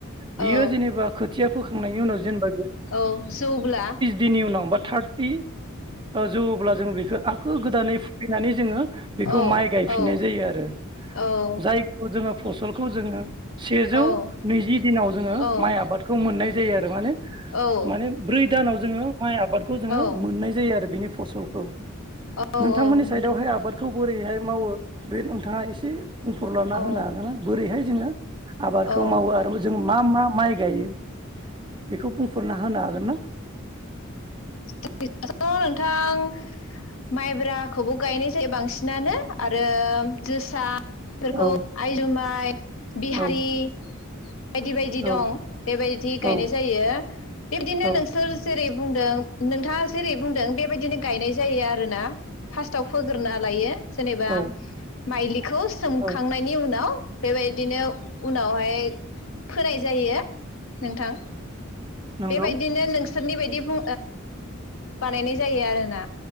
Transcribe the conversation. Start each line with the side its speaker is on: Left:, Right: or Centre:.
Right: बियो
Left: औ
Right: जेनेबा खोथिया फो <unintelligible> नायनि उनाव जेनेबा
Left: औ जौब्ला
Right: <unintelligible> नि उनाव बा थार्टि औ जौयोब्ला जों बे ओ आखै गोदानै फुफिननानै जोङो बेखौ
Left: औ
Right: माइ गायफिननाय
Left: औ
Right: जायो आरो
Left: औ
Right: जायखौ जोङो फसलखौ जोङो सेजौ
Left: औ
Right: नैजि दिनाव जोङो
Left: औ
Right: माइ आबादखौ मोननाय जायो आरो माने
Left: औ
Right: माने ब्रै दानाव जोङो माय आबादखौ जोङो
Left: औ
Right: मोननाय जायो आरो बेनि फसलखौ
Left: औ
Right: नोंथांमोननि
Left: औ
Right: साइडआवहाय
Left: नोंथां।
Right: आबादखौ बोरैहाय मावो बे नोंथाङा एसे बुंफोरलाना
Left: औ
Right: होनो हागोन ना बोरैहाय बिदिनो आबादखौ
Left: औ
Right: मावो आरो जों मा मा माइ गायो बेखौ बुंफोरना होनो हागोन ना
Left: जोंनिखैथ' नोंथां माइब्राखौबो गायनाय जायो बांसिनानो आरो जोसा बेखौ
Right: औ
Left: आइ जुमाइ बिहारि
Right: औ
Left: बायदि बायदि
Right: औ
Left: दं बेबायदि गायनाय
Right: औ
Left: जायो बेबायदिनो
Right: औ
Left: नोंसोर जेरै बुंदों नोंथाङा जेरै बुंदों बेबायदिनो गायनाय जायो आरोना फार्स्टआव फोग्रोना लायो जेनेबा
Right: औ
Left: माइलि खौ सोमखांनायनि
Right: औ
Left: उनाव बेबायदिनो उनावहाय फोनाय जायो नोंथां
Right: नंगौ
Left: बेबायदिनो नों सोरनि बायदि बु बानायनाय जायो आरोना